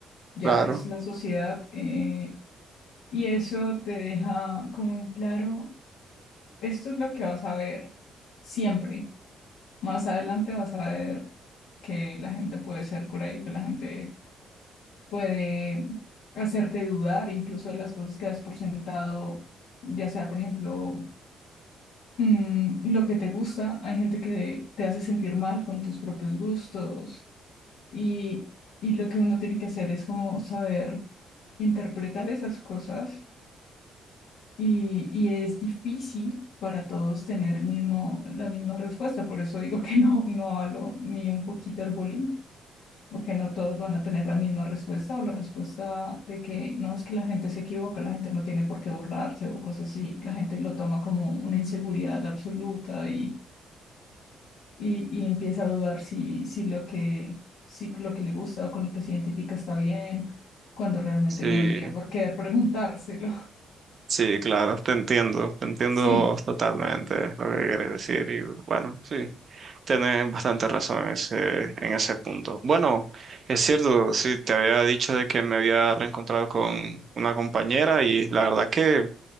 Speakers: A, on the left; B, on the right.
A: ya
B: claro.
A: es la sociedad eh, y eso te deja como en claro, esto es lo que vas a ver siempre. Más adelante vas a ver que la gente puede ser cruel, que la gente puede hacerte dudar incluso de las cosas que has por sentado, ya sea, por ejemplo, mm, lo que te gusta. Hay gente que te hace sentir mal con tus propios gustos y, y lo que uno tiene que hacer es como saber interpretar esas cosas Y, y es difícil para todos tener el mismo, la misma respuesta. Por eso digo <laughs> que no, no hablo ni un poquito al bullying, porque no todos van a tener la misma respuesta o la respuesta de que no es que la gente se equivoca, la gente no tiene por qué burlarse o cosas así. La gente lo toma como una inseguridad absoluta y, y, y empieza a dudar si, si lo que, si lo que le gusta o con lo que se identifica está bien, cuando realmente
B: Sí,
A: no debería por qué preguntárselo. <laughs>
B: sí, claro, te entiendo, te entiendo
A: Sí,
B: totalmente lo que quieres decir y bueno, sí. Tenés bastante razón en ese, en ese punto. Bueno, es cierto, sí, te había dicho de que me había reencontrado con una compañera y la verdad que